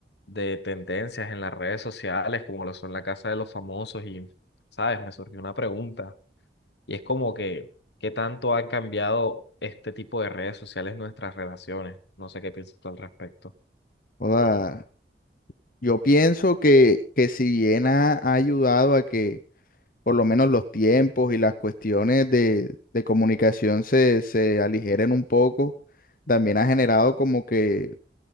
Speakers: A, on the left; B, on the left.
A: de tendencias en las redes sociales, como lo son la casa de los famosos, y, ¿sabes? Me surgió una pregunta, y es como que, ¿qué tanto han cambiado este tipo de redes sociales en nuestras relaciones? No sé qué piensas tú al respecto.
B: Hola. Yo pienso que, que si bien ha, ha ayudado a que por lo menos los tiempos y las cuestiones de, de comunicación se, se aligeren un poco, también ha generado como que